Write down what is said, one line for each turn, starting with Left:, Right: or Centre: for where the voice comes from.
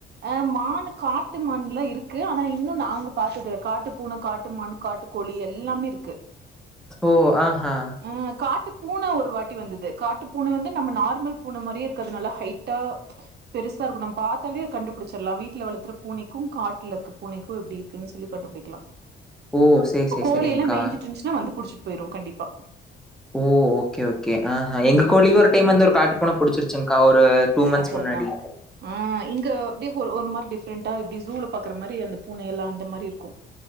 Right: ஆ மான் காட்டு மான்ல்லா இருக்கு ஆனா இன்னும் நாங்க பாத்ததில்ல காட்டு பூன காட்டு மான் காட்டு புலி எல்லாமே இருக்கு
Centre: ஓ ஆஹா
Right: ஆ காட்டு பூன ஒரு வாட்டி வந்தது காட்டு பூன வந்து நம்ம நார்மல் பூன மாரியே இருக்காது நல்லா ஹைட்டா பெருசா இருக்கும் நம்ம பாத்தாலே கண்டுபுடிச்சிடலாம் வீட்ல வளர்த்துற பூனைக்கும் காட்ல இருக்குற பூனைக்கும் எப்டி இருக்குன்னு சொல்லி கண்டு புடிக்கலாம்
Centre: ஓ! சரி,
Right: இப்ப
Centre: சரி,
Right: கோழி
Centre: சரிங்க்கா.
Right: எல்லாம் மேய்ஞ்சிட்டு இருந்துச்சுன்னா வந்து புடிச்சிட்டு போய்ரும் கண்டிப்பா
Centre: ஓ ஓகே ஓகே ஆஹா எங்க
Right: ம்
Centre: கோழியவே ஒரு டைம் வந்து ஒரு காட்டு பூன புடிச்சிருச்சுங்கா ஒரு டூ மாந்த்ஸ்
Right: அது
Centre: முன்னாடி
Right: அதா ஆ இங்க அப்டியே ஒரு ஒரு மாரி டிஃப்ரெண்டா இப்டி சூல பாக்கற மாரி அந்த பூனையெல்லாம் அந்த மாரி இருக்கும்